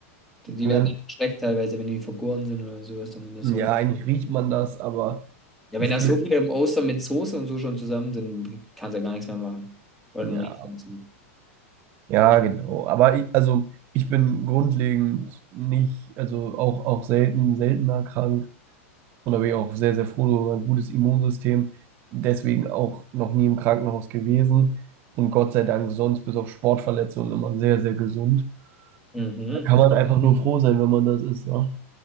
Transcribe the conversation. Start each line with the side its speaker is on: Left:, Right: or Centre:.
Centre: Die die
Right: ne?
Centre: werden einfach schlecht teilweise, wenn die vergoren sind oder sowas dann in der
Right: Ja,
Centre: Sonne.
Right: eigentlich riecht man das, aber
Centre: Ja,
Right: es
Centre: wenn da
Right: gibt,
Centre: so viele im Oster mit Soße und so schon zusammen sind, kannst du ja gar nichts mehr machen. Oder
Right: ja,
Centre: dann riecht es nicht.
Right: ja, genau. Aber ich, also ich bin grundlegend nicht, also auch, auch selten, seltener krank. Und da bin ich auch sehr, sehr froh über ein gutes Immunsystem. Deswegen auch noch nie im Krankenhaus gewesen. Und Gott sei Dank sonst bis auf Sportverletzungen immer sehr, sehr gesund.
Centre: Mhm.
Right: Da kann man einfach nur froh sein, wenn man das ist, ne?